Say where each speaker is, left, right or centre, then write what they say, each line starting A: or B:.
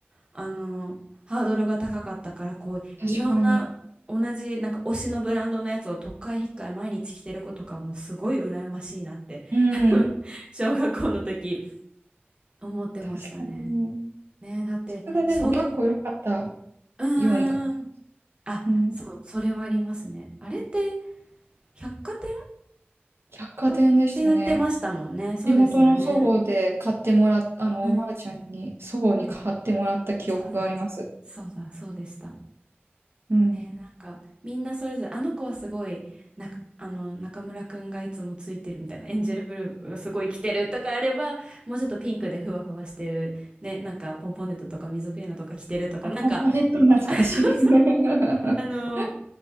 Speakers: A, on the right (about 25°); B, on the right (about 70°).
A: あの、ハードルが高かったから、こう、
B: 確かに。
A: いろんな、同じ、なんか推しのブランドのやつをとっかえひっかえ毎日着てる子とかはもうすごい羨ましいなって
B: うん。
A: <laughs> 小学校の時思ってましたね。
B: 確かに。
A: ねえ、だって、
B: 質がでも結構良かった
A: 小学、うーん。
B: ように感じる。
A: あ、
B: うん。
A: そう、それはありますね。あれって、百貨店
B: 百貨店でしたね。
A: とって売ってましたもんね。そうですよね。
B: 地元の祖母で買ってもらっあの、
A: うん。
B: おばあちゃんに、祖母に買ってもらった記憶があります。
A: そうだ。そうだ、そうでした。
B: うん。
A: ね、なんかみんなそれぞれあの子はすごいなあの中村くんがいつもついてるみたいなエンジェルブルーがすごい着てるとかあればもうちょっとピンクでふわふわしてるねなんかポンポンデットとか水ピエナとか着てるとかなんか
B: あ、ポンポネット懐かしい。
A: <laughs> あそうそう
B: <laughs>
A: あの